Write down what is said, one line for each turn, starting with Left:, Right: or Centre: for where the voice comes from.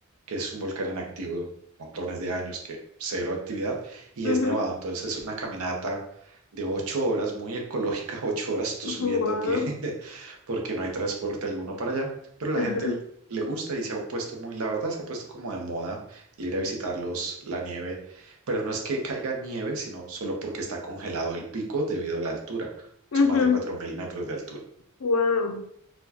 Right: que es un volcán inactivo montones de años, que cero actividad, y
Left: Ujú.
Right: es nevado. Entonces es una caminata de ocho horas, muy ecológica, <laughs> ocho horas tú
Left: Ujú,
Right: subiendo
Left: Wow.
Right: a pie, <laughs> porque no hay transporte alguno para allá, pero la
Left: Ajá.
Right: gente le gusta y se ha puesto muy, la verdad, se ha puesto como de moda el ir a visitarlos, la nieve pero no es que caiga nieve, sino solo porque está congelado el pico debido a la altura.
Left: Ujú.
Right: Son más de 4.000 metros de altura.
Left: Wow.